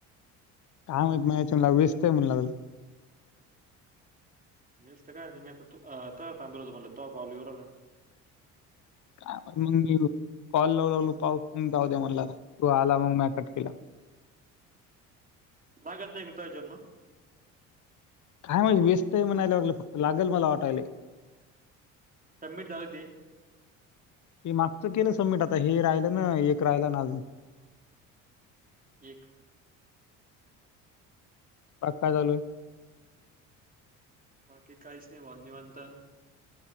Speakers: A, on the left (about 45°); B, on the right (about 20°).
A: काम माहीत माझ्याच व्यस्त म्हणू लागलं.
B: व्यस्त काय मी आता थांबल हो तुम्हाला त कॉल येऊ राहिला.
A: काय मग मी कॉल लावू लागलो पाऊ जाऊ द्या म्हणला तू आला मग म्या कट केला.
B: भागत नाहीय गताजन्म.
A: काय म्हणजे वेस्ट म्हणायलागलं फक्त लागेल मला वाटायला.
B: सबमिट जागते.
A: ते मागचं केलं सबमिट आता हे राहिलं ना एक राहिलं ना अजून.
B: एक
A: बाकी काय चालूय.
B: बाकी काहीस नाही भाव निवांत.